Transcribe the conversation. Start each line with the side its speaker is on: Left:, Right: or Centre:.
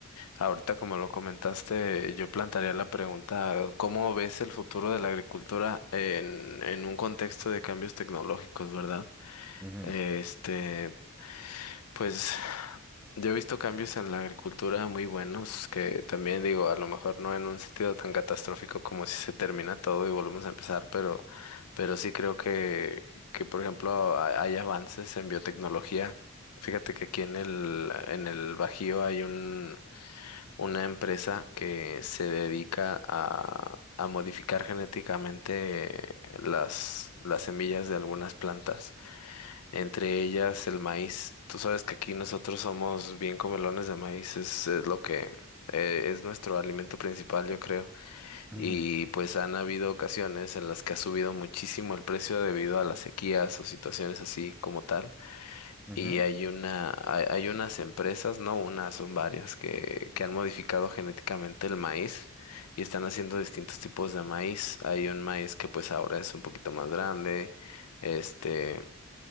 Left: Ahorita, como lo comentaste, yo plantearía la pregunta, ¿cómo ves el futuro de la agricultura en, en un contexto de cambios tecnológicos, verdad?
Centre: Ujú,
Left: Este, pues yo he visto cambios en la agricultura muy buenos, que también digo, a lo mejor no en un sentido tan catastrófico como si se termina todo y volvemos a empezar, pero, pero sí creo que, que por ejemplo, ha- hay avances en biotecnología. Fíjate que aquí en el, en el Bajío hay un una empresa que se dedica a, a modificar genéticamente las, las semillas de algunas plantas, entre ellas el maíz. Tú sabes que aquí nosotros somos bien comelones de maíz, es, es lo que... eh, Es nuestro alimento principal, yo creo.
Centre: ujú,
Left: Y pues han habido ocasiones en las que ha subido muchísimo el precio debido a las sequías o situaciones así como tal.
Centre: ujú,
Left: Y
Centre: ujú.
Left: hay una, hay, hay unas empresas, no unas, son varias, que, que han modificado genéticamente el maíz y están haciendo distintos tipos de maíz. Hay un maíz que pues ahora es un poquito más grande, este,